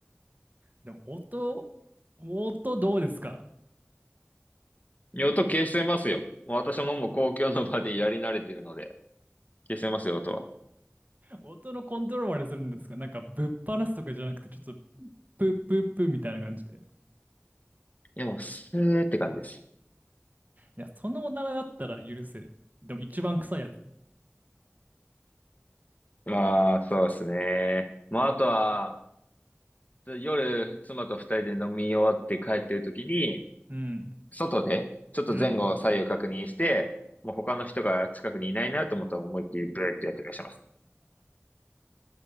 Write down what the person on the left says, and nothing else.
音消してますよ。もう私ももう公共の場でやり慣れてるので、消してますよ、音は。
いや、もうスーって感じです。
まあ、そうですね。まあ、あとは、夜、妻と二人で飲み終わって帰ってる時に、
外で、ちょっと前後左右確認して、
もう他の人が近くにいないなと思ったら思いっきりブーってやってらっしゃいますね。